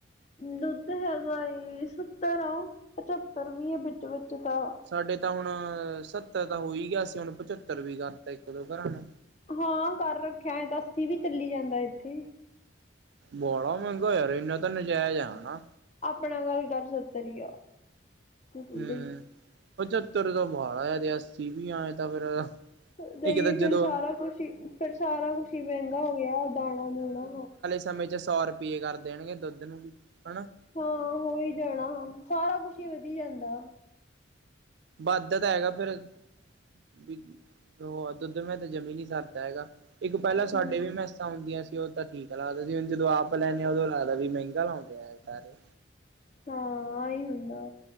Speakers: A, on the left (about 35°); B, on the right (about 65°).
A: ਦੁੱਧ ਹੈਗਾਏ, ਸੱਤਰ ਆ। ਪਚੱਤਰ ਵੀ ਏ, ਵਿੱਚ-ਵਿੱਚ ਤਾ।
B: ਸਾਡੇ ਤਾਂ ਹੁਣ ਸੱਤਰ ਤਾਂ ਹੋਈ ਗਿਆ ਸੀ, ਹੁਣ ਪਚੱਤਰ ਵੀ ਕਰਤਾ ਇੱਕ-ਦੋ ਘਰਾਂ ਨੇ।
A: ਹਾਂ, ਕਰ ਰੱਖਿਆ, ਐਂ ਤਾਂ ਅੱਸੀ ਵੀ ਚੱਲੀ ਜਾਂਦਾ ਇੱਥੇ।
B: ਬਾਲਾ ਮਹਿੰਗਾ ਹੋਇਆ ਯਾਰ, ਇੰਨਾ ਤਾਂ ਨਜਾਇਜ਼ ਆ ਹਣਾ?
A: ਆਪਣਾ ਗੱਲ ਕਰ, ਸੱਤਰ ਈ ਆ। ਤੂੰ ਤੂੰ
B: ਹੂੰ,
A: ਦਾ ਹੀ
B: ਪਚੱਤਰ ਤਾ ਬਾਹਲਾ ਯਾਂ, ਤੇ ਅੱਸੀ ਵੀ ਆਂਏ ਤਾਂ ਫਿਰ
A: ਨਈ,
B: ਇੱਕ ਤਾਂ ਜਦੋਂ
A: ਫਿਰ ਸਾਰਾ ਕੁਛ ਹੀ, ਫਿਰ ਸਾਰਾ ਕੁਛ ਹੀ ਮਹਿੰਗਾ ਹੋਗਿਆ ਦਾਲਾਂ-ਦੂਲਾਂ।
B: ਸਮੇਂ'ਚ ਸੌ ਰੁਪਈਏ ਕਰ ਦੇਣਗੇ, ਦੁੱਧ ਨੂੰ ਵੀ ਹਣਾ।
A: ਹਾਂ, ਹੋਹੀ ਜਾਣਾ ਸਾਰਾ ਕੁਛ ਹੀ ਵਧੀ ਜਾਂਦਾ।
B: ਵੱਧਦਾ ਤਾ ਹੈਗਾ ਫੇਰ, ਵੀ ਉਹ ਦੁੱਧ ਮੈਂ ਤੇ ਜਮੀ ਨ ਸਰ ਹੈਗਾ, ਇੱਕ ਪਹਿਲਾਂ ਸਾਡੇ
A: ਹਮ
B: ਵੀ ''ਮੈਂ ਹੁੰਦੀਆਂ ਸੀ, ਉਹ ਤਾਂ ਠੀਕ ਆ ਲਗਦਾ ਸੀ ਹੁਣ ਜਦੋਂ ਆਪ ਲੈਨੇ ਆ, ਉਦੋਂ ਲੱਗਦਾ ਵੀ ਮਹਿੰਗਾ ਲਾਉਂਦੇ ਆ ਸਾਰੇ।
A: ਹਾਂ, ਆਈ ਹੁੰਦਾ।